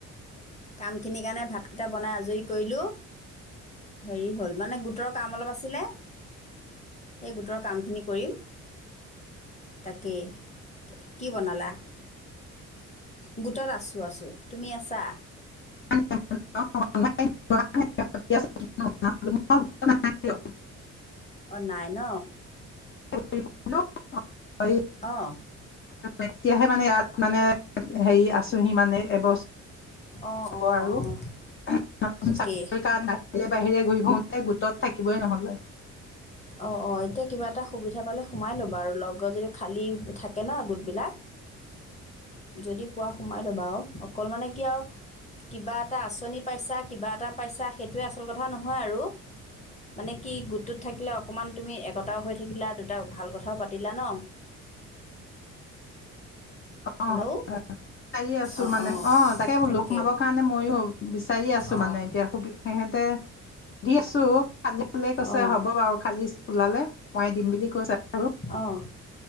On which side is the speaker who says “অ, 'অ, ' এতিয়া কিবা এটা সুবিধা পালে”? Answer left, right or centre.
Left